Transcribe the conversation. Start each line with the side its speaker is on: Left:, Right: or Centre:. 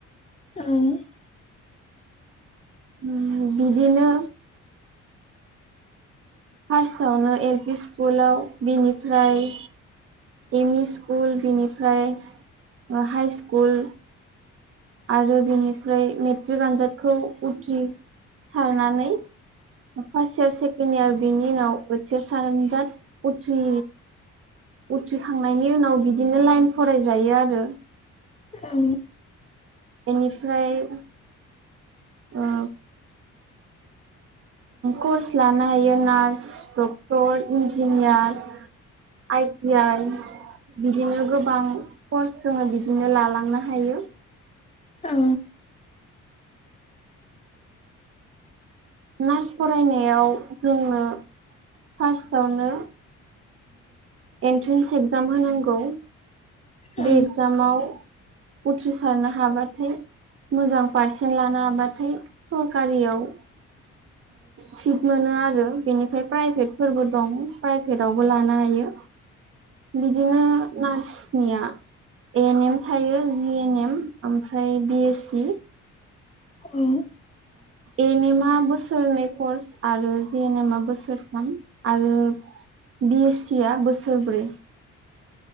Left: औ
Right: उम बिदिनो फार्स्टआवनो एल पि स्कुलाव बिनिफ्राय एम इ स्कुल बेनिफ्राय हाइ स्कुल आरो बिनिफ्राय मेट्रिक आनजादखौ उथ्रिसारनानै फार्स्ट इयार सेकेणड यार बिनि उनाव ओइसेस सानजाद उथ्रि उथ्रिखांनायनि उनाव बिदिनो लाइन फरायजायो आरो।
Left: औ
Right: बेनिफ्राय अ कर्स लानो हायो nurse doctor engineer I T I बिदिनो गोबां कर्स दङो बिदिनो लालांनो हायो।
Left: औ
Right: नार्स फरायनायाव जोङो फार्स्टआवनो एन्ट्रेन्स एक्जाम होनांगौ बे
Left: औ
Right: एग्जामाव उथ्रिसारनो हाबाथाय मोजां पारसेन्ट लानो हाबाथाय सरखारियाव सिट मोनो आरो बेनिफ्राय प्राइभेट फोरबो दं प्राइभेटवबो लानो हायो। बिदिनो नार्स सनिया ए-एनएम थायो जिएनएम ओमफ्राय बि एस सि
Left: औ
Right: एनएम आ बोसोरनै कर्स आरो जि एन एम आ बोसोरथाम आरो बि एस सि आ बोसोरब्रै